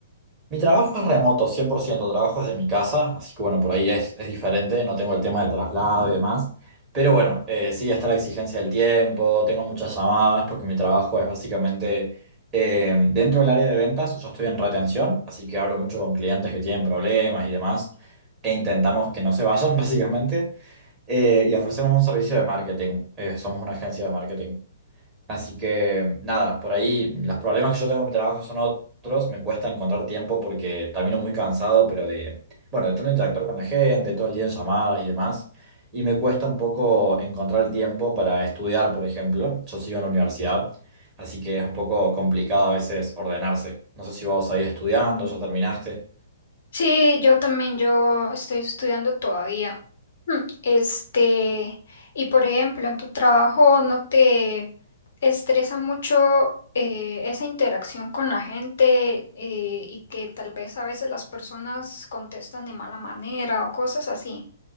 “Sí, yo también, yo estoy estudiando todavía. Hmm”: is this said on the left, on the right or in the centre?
Left